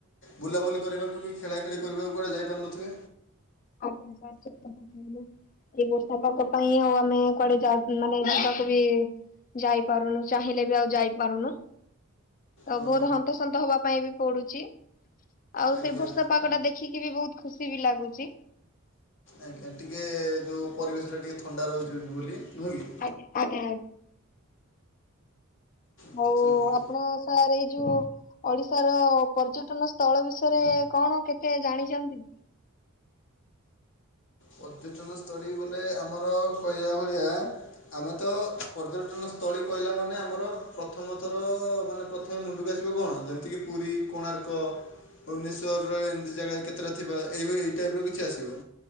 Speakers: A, on the left (about 60°); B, on the left (about 40°).
A: ବୁଲାବୁଲି କରିବାକୁ କି, ଖେଳା ଖେଳି କରିବାକୁ କୁଆଡ଼େ ଯାଇପାରୁନଥିବେ?
B: ଆଜ୍ଞା ସାର୍। ଏଇ ବର୍ଷା ପାଗ ପାଇଁ ଆଉ ଆମେ କୁଆଡେ ଯାଉ ମାନେ ଯିବାକୁ ବି ଯାଇପାରୁନୁ, ଚାହିଁଲେ ବି ଆଉ ଯାଇପାରୁନୁ। ତୋ
A: ହଁ,
B: ବହୁତ ହନ୍ତସନ୍ତ ହବା ପାଇଁ ବି ପଡୁଚି। ଆଉ
A: ଆଜ୍ଞା
B: ସେ ବର୍ଷା ପାଗ ଟା ଦେଖିକି ବି ବହୁତ ଖୁସି ବି ଲାଗୁଚି।
A: ଆଜ୍ଞା ଟିକେ ଯୋଉ ପରିବେଶଟା ଟିକେ ଥଣ୍ଡା ରହୁଛି ବୋଲି ନୁହଁ କି?
B: ଆଙ୍ଗ ଆଜ୍ଞା।
A: ଆଚ୍ଛା
B: ହଉ ଆପଣ ସାର୍ ଏଇ ଯୋଉ ଓଡିଶାର ପର୍ଯ୍ୟଟନ ସ୍ଥଳ ବିଷୟରେ କଣ କେତେ ଜାଣିଛନ୍ତି?
A: ପର୍ଯ୍ୟଟନସ୍ଥଳୀ ବୋଲେ ଆମର କହିବା ଭଳିଆ ଆମେ ତ ପର୍ଯ୍ୟଟନ ସ୍ଥଳୀ କହିଲା ମାନେ ଆମର ପ୍ରଥମଥର ମାନେ ପ୍ରଥମେ ମୁଣ୍ଡକୁ ଆସିବ କଣ ଯେମିତି କିି ପୁରୀ କୋଣାର୍କ ଭୁବନେଶ୍ୱରରେ ଏମିତି ଜାଗା କେତେଟା ଥିବା ଏଇଭଳି ଏଇ ଟାଇପ୍ ର କିଛି ଆସିବ।